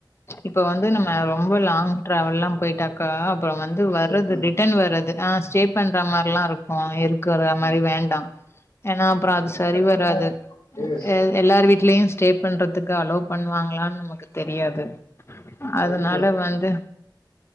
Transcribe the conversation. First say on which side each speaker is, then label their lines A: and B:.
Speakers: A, on the left; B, on the left.
A: இப்ப வந்து நம்ம
B: ம்.
A: ரொம்ப லாங் ட்ராவல்லலாம் போயிட்டாக்கா அப்புறம் வந்து
B: ஸ்டே
A: வர்றது
B: பண்றது.
A: ரிட்டர்ன் வர்றது ஆ ஸ்டே பண்ற மாரிலாம் இருக்கும் இரு க்குற மாரி
B: ம்.
A: வேண்டாம். ஏனா அப்புறம் அது சரி
B: ஸ்டே
A: வராது
B: பண்ணா எனக்கு ஸ்டே
A: எல் எல்லார் வீடலயும் ஸ்டே பண்றதுக்கு அலோ பண்ணுவாங்களான்னு நமக்கு தெரியாது.
B: சொல்லிட்டு
A: அதனால
B: வர
A: வந்து